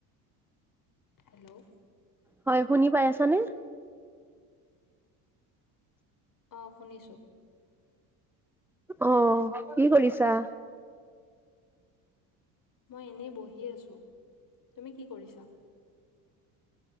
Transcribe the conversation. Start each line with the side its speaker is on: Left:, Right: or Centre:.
Left: হেল্ল'
Centre: হয় শুনি পাই আছা নে?
Left: অ', শুনিছো।
Centre: অ', কি কৰিছা?
Left: মই এনেই বহি আছো তুমি কি কৰিছা?